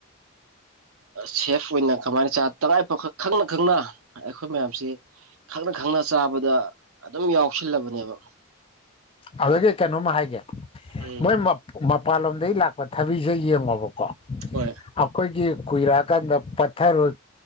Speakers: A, on the right; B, on the left.
A: ꯁꯦꯐ ꯑꯣꯏꯅ ꯀꯃꯥꯏꯅ ꯇꯉꯥꯏ ꯐ ꯈꯪꯅ ꯈꯪꯅ ꯑꯩꯈꯣꯏ ꯃꯌꯥꯝꯁꯤ ꯈꯪꯅ ꯈꯪꯅ ꯆꯥꯕꯗ ꯑꯗꯨꯝ ꯌꯥꯎꯁꯜꯂꯕꯅꯦꯕ
B: ꯑꯗꯨꯗꯒꯤ ꯀꯩꯅꯣꯝꯃ ꯍꯥꯏꯒꯦ
A: ꯎꯝ
B: ꯃꯣꯏ ꯃꯄꯥꯟꯂꯣꯝꯗꯒꯤ ꯂꯥꯛꯄ ꯊꯕꯤꯁꯦ ꯌꯦꯡꯉꯣꯕꯀꯣ
A: ꯍꯣꯏ
B: ꯑꯩꯈꯣꯏꯒꯤ ꯀꯨꯏꯔꯛꯑꯀꯥꯟꯗ ꯄꯠꯊꯔꯣꯏ